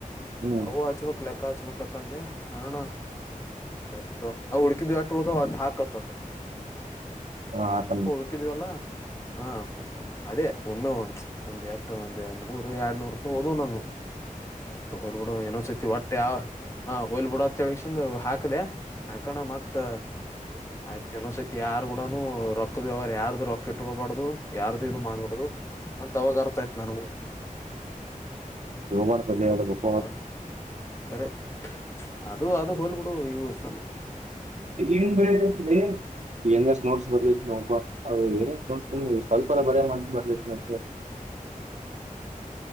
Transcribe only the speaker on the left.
ಅವು ಹಚಬೇಕಕ್ಲ. ಅಕ್ಕಚ್ ಬಕ್ಕತ್ತ ಅಂದೆ ಅಣೋಣ ಆಯತ ನಾವು ಹುಡ್ಕಿದ್ಟ ಉಳ್ದ ಒಟ್ಟ ಹಾಕತ್ತಂದ.
ಹಕ್ಕಿದವಲ್ಲ ಹ. ಅದೇ ಒಮ್ಮೆ ಒಂದುಸ ಒಂದು ಎಟ್ಟು ಒಂದು ನೂರು ಎರಡು ನೂರು ರೂಪಾಯಿ ಹದ ನಾನ. ಅತ್ತ ಹೊೋಲ್ ಬಿಡ ಏನೋ ಸತಿ ಹೊಟ್ಟೆ ಆ. ಹಾ ಹೋಲ್ ಬಿಡ ತೆಳ್ಗಸನ್ ಹಾಕದೆ ಹಾಕಣ ಮತ್ ಆಯ್ತ್ ಇನ್ನ್ಸೈತಿ ಯಾರ್ ಕೂಡನು ರೊಕ್ತ. ಹ್ ಅವರು ಯಾರ್ದ ರೊಕ್ಕ ಇಟ್ಕೋಬಾರಡ್ದು ಯಾರ್ದು ಇ ಮಾಡ್ಬಾರಡ್ದು ಅಂತ ಅವವಾಗ ಅರ್ಥ ಆತ್ ನನಗೂ.
ಅ ಕರೆ ಅದು ಅದು ಹೋಲ್ಬಿಡು ಹ ಯೂಸ್